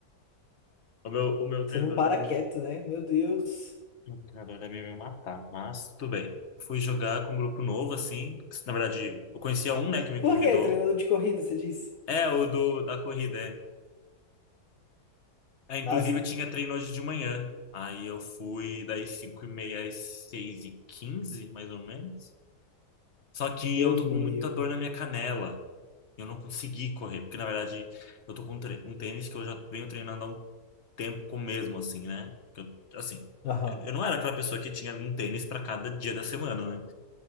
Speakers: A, on the left (about 45°); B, on the left (about 65°).
A: O meu, o meu
B: Você
A: treinador
B: não para
A: deve
B: quieto,
A: me,
B: né? Meu Deus.
A: o treinador deve me matar, mas tudo bem. Fui jogar com um grupo novo, assim. que, Na verdade, eu conhecia um, né, que me
B: Por
A: convidou.
B: quê? Treinador de corrida, você disse?
A: É, o do, da corrida, é. É, inclusive
B: Ah, sim.
A: eu tinha treino hoje de manhã. Aí eu fui das cinco e meia às seis e quinze, mais ou menos. Só que
B: Deus
A: eu tô
B: me
A: com muita
B: livre.
A: dor na minha canela. Eu não consegui correr, porque na verdade eu tô com um tre- um tênis que eu já venho treinando há um tempo com o mesmo, assim, né? Que eu- assim,
B: Aham.
A: eu, eu não era aquela pessoa que tinha um tênis pra cada dia da semana, né?